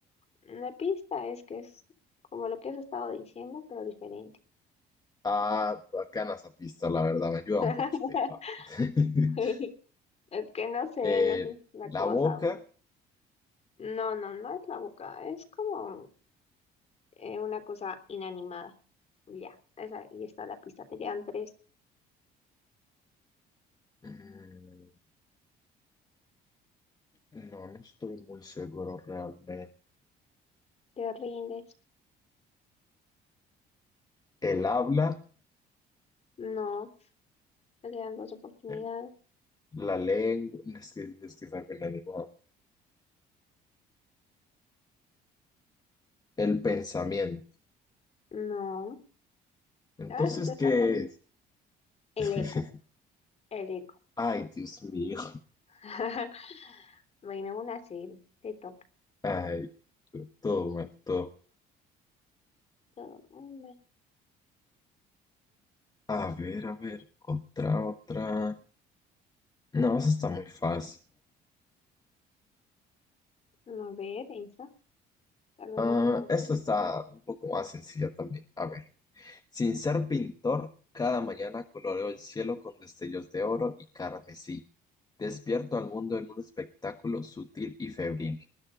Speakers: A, on the left; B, on the left.
A: la pista es que es como lo que has estado diciendo, pero diferente.
B: Ah, bacana esa pista, la verdad, me ayuda
A: <laughs>
B: mucho, te paso. <laughs>
A: <laughs> Es que no sé,
B: Eh,
A: no sé, es una
B: la
A: cosa.
B: boca,
A: No, no, no es la boca, es como eh, una cosa inanimada. Ya, esa, y está la pista, te quedan tres,
B: mm, no, no estoy muy seguro realmente.
A: te rindes.
B: El habla,
A: No, te quedan dos oportunidades.
B: eh, la lengua, es que es que es algo inanimado. El pensamiento.
A: No,
B: Entonces,
A: ahora sí te
B: ¿qué
A: estás dando
B: es?
A: el
B: <laughs>
A: eco, el eco.
B: Ay, Dios mío.
A: <laughs> Bueno, una sí, te toca.
B: Ay, todo mal, todo.
A: Todo muy mal.
B: A ver, a ver, otra, otra. No, esa está muy fácil.
A: No, A ver, esa, tal vez
B: Ah,
A: no está tan
B: esta
A: fácil.
B: está un poco más sencilla también. A ver. Sin ser pintor, cada mañana coloreo el cielo con destellos de oro y carmesí. Despierto al mundo en un espectáculo sutil y febril.